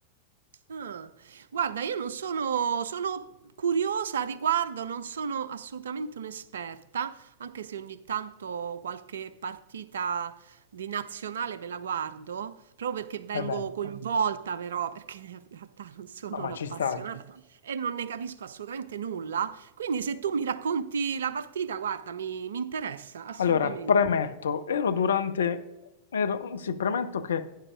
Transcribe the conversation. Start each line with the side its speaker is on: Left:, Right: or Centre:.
Right: Ah, guarda, io non sono, sono curiosa a riguardo, non sono assolutamente un'esperta, anche se ogni tanto qualche partita di nazionale me la guardo, proprio perché vengo
Left: Eh beh,
Right: coinvolta però, perché in realtà non sono
Left: no, ma
Right: un'appassionata
Left: ci sta,
Right: e non ne capisco assolutamente nulla. Quindi se tu mi racconti la partita, guarda, mi, mi interessa assolutamente.
Left: Allora, premetto, ero durante, ero, sì, premetto che